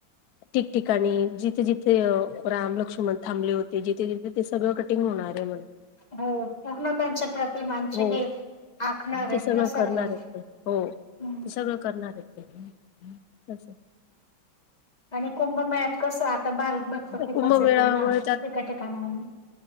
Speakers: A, on the left; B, on the left.
A: ठिकठिकाणी जिथे जिथे अ रामलक्ष्मण थांबले होते, जिथे जिथे ते सगळं कटिंग होणार ए म्हण.
B: हो पूर्ण त्यांच्या प्रतिमांची
A: हो
B: हे आखणार आहेत
A: ते सगळं
B: ना सर्व
A: करणार आहेत तर, हो.
B: हम्म.
A: ते सगळं करणार आहेत तस.
B: आणि कुंभ मेळ्यात कसं आ ता भाविक भक्त
A: ते
B: खूपच
A: कुंभमेळामुळे
B: येतील ना, ठीक ठिकाणावरून